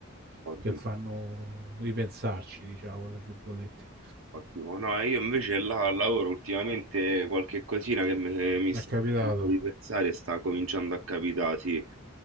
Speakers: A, on the right; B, on the right.
A: ottimo.
B: che fanno ripensarci, diciamo, tra virgolette.
A: Ottimo, no, io invece là al lavoro ultimamente qualche cosina che me- mi
B: Mi
A: sta
B: è capitato.
A: facendo ripensare sta cominciando a capitare, sì.